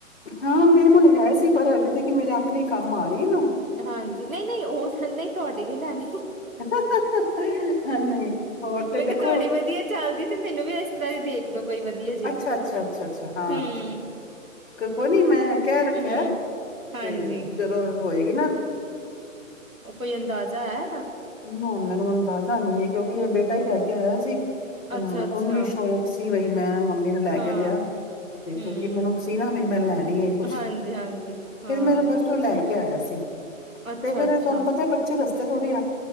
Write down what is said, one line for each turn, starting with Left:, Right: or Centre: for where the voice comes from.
Left: ਹਾਂ ਮੇਰੇ ਕੋਲ ਹੈ ਸੀ ਪਰ ਅਜੇ ਤੇ ਕਿ ਮੇਰੇ ਆਪਣੇ ਕੰਮ ਆ ਰਹੀ ਹੈ ਨਾ
Right: ਹਾਂਜੀ, ਨਹੀਂ ਨਹੀਂ ਉਹ ਫੇਰ ਨਹੀਂ। ਤੁਹਾਡੀ ਨਹੀਂ ਲੈਣੀ।
Left: ਹ ਹ ਹ ਨਹੀਂ, ਹੋਰ ਤੇ
Right: ਮੈਂ ਕਿਹਾ
Left: ਦੇਖੋ।
Right: ਤੁਹਾਡੀ ਵਧੀਆ ਚੱਲਦੀ ਤੇ ਮੈਨੂੰ ਵੀ ਇਸ ਤਰ੍ਹਾਂ ਦੀ ਦੇਖ ਦੋ ਕੋਈ ਵਧੀਆ ਜਿਹੀ
Left: ਅੱਛਾ ਅੱਛਾ ਅੱਛਾ ਅੱਛਾ ਹਾਂ।
Right: ਹਮ
Left: ਕੋਈ ਨੀ ਮੈਂ ਕਹਿ ਰੱਖਿਆ
Right: ਹਮ
Left: ਐ, ਤੇ
Right: ਹਾਂਜੀ
Left: ਜਦੋਂ ਹੋਏਗੀ ਨਾ।
Right: ਉਹ ਕੋਈ ਅੰਦਾਜ਼ਾ ਹੈ ਇਹਦਾ?
Left: ਨਾ ਮੈਨੂੰ ਅੰਦਾਜ਼ਾ ਨਹੀਂ ਹੈ, ਕਿਉਂਕਿ ਇਹ ਬੇਟਾ ਹੀ ਲੈ ਕੇ ਆਇਆ ਸੀ। ਹਾਂ,
Right: ਅੱਛਾ ਅੱਛਾ
Left: ਉਹਨੂੰ ਈ ਸ਼ੌਕ ਸੀ ਬਈ ਮੈਂ ਮੰਮੀ ਨੂੰ ਲੈ
Right: ਹਾਂ
Left: ਕੇ ਦਿਆ ਤੇ ਕਿਉਂਕਿ
Right: ਹਮ
Left: ਮੈਨੂੰ ਸੀ ਨਾ ਬਈ ਮੈਂ ਲੈਣੀ ਇਹ ਕੁਛ
Right: ਹਾਂਜੀ ਹਾਂਜੀ
Left: ਫਿਰ
Right: ਹਾਂ
Left: ਮੇਰੇ ਵਾਸਤੇ ਉਹ ਲੈ ਕੇ ਆਇਆ ਸੀ।
Right: ਅੱਛਾ-ਅੱਛਾ,
Left: ਤੇ ਫੇਰ ਤੁਹਾਨੂੰ ਪਤਾ ਬੱਚੇ ਦੱਸ ਥੋੜੀ